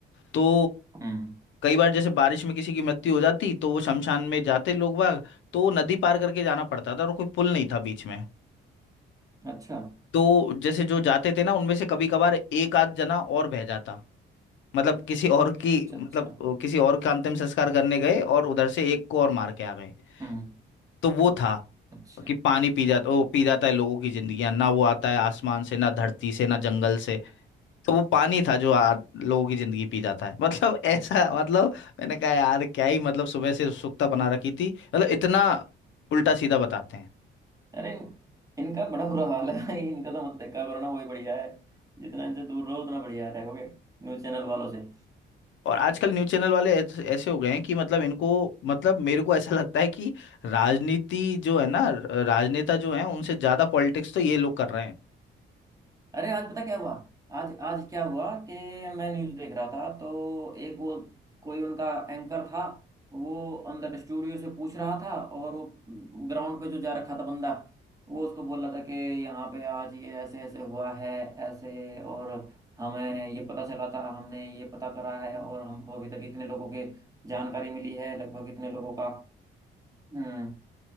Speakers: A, on the left (about 70°); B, on the right (about 15°).
A: तो
B: हम्म
A: कई बार जैसे बारिश में किसी की मृत्यु हो जाती तो वो शमशान में जाते लोग बाग तो वो नदी पार करके जाना पड़ता था और कोई पुल नहीं था बीच में
B: अच्छा
A: तो जैसे जो जाते थे ना उनमें से कभी कभार एक आध जना और बह जाता मतलब किसी और की
B: अच्छा
A: मतलब
B: अच्छा
A: अ, किसी और का अंतिम संस्कार करने गए और उधर से एक को और मार के आ गए
B: हम्म
A: तो वो था
B: अच्छा
A: कि पानी पी जाता ओ पी जाता है लोगों की जिंदगियां ना वो आता है आसमान से ना धरती से ना जंगल से तो वो पानी था जो आ, लोगों की जिंदगी पी जाता है <laughs> मतलब ऐसा मतलब मैंने कहा यार क्या ही मतलब सुबह से उत्सुकता बना रखी थी मतलब इतना उल्टा सीधा बताते हैं
B: अरे इनका बड़ा बुरा हाल है भाई इनका तो मत देखा करो ना वही बढ़िया है जितना इनसे दूर रहो उतना बढ़िया रहोगे न्यूज चैनल वालों से
A: और आजकल न्यूज़ चैनल वाले ऐस- ऐसे हो गए हैं कि मतलब इनको मतलब मेरे को ऐसा <laughs> लगता है कि राजनीति जो है ना र- राजनेता जो है उनसे ज्यादा पॉलिटिक्स तो ये लोग कर रहे हैं
B: अरे आज पता क्या हुआ आज आज क्या हुआ कि मैं न्यूज़ देख रहा था तो एक वो कोई उनका एंकर था वो अंदर स्टूडियो से पूछ रहा था और वो ग्राउंड पे जो जा रखा था बंदा वो उसको बोल रहा था कि यहाँ पे आज ये ऐसे ऐसे हुआ है ऐसे और हमें ये पता चला था हमने ये पता करा है और हमको अभी तक इतने लोगों के जानकारी मिली है लगभग इतने लोगों का हम्म